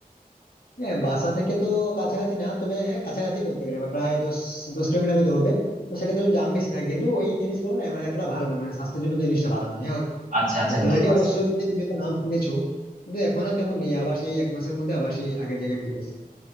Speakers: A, on the left; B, on the right.
A: হ্যাঁ বাসা থেকে তো কাছাকাছি না তবে হ্যাঁ কাছাকাছি বলতে গেলে আবার প্রায় দশ দশ কিলোমিটার মতো হবে তো সেক্ষেত্রে একটু জাম বেশি থাকে কিন্তু ওই জিনিসগুলো না মানে এতটা ভালো নয় মানে স্বাস্থ্যের জন্য তো জিনিসটা ভালো নয় হ্যাঁ
B: আচ্ছা আচ্ছা
A: পপুলারিটি
B: বুঝতে পারছি
A: অবশ্যই রয়েছে তুমি তো নাম শুনেছো কিন্তু এখন আর তেমন নেই আবার সেই এক মাসের মধ্যে আবার সেই আগের জায়গায় ফিরে এসেছে